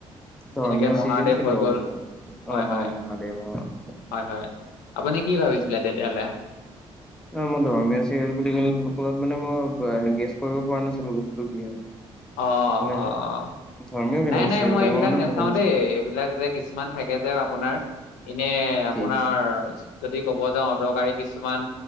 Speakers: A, in the centre; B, on the left.
A: ধৰ্মীয়
B: যেনেকে মহাদেৱ
A: চিৰিয়েল কেনেকুৱা
B: হৈ গ'ল
A: বস্তু? অ',
B: হয় হয়
A: অ', মহাদেৱ অ'।
B: হয়, হয়, আপুনি কি ভাবিছিলে তেতিয়াহ'লে?
A: এ, মই ধৰ্মীয় চিৰিয়েল বুলি <unintelligible> মানে মই আ, গেছ কৰিব পৰা নাছিলোঁ বস্তু কি হয়।
B: অ',
A: মানে
B: অ',
A: ধৰ্মীয় কেনেকুৱা
B: নাই নাই
A: চিৰিয়েল
B: মই
A: লাগে
B: এইবিলাক
A: মানে
B: নেচাওঁ
A: ভাবিছিলো
B: দেই, এইবিলাক যে কিছুমান থাকে যে আপোনাৰ এনে
A: কি
B: আপোনাৰ যদি ক'ব যাওঁ অদৰকাৰী কিছুমান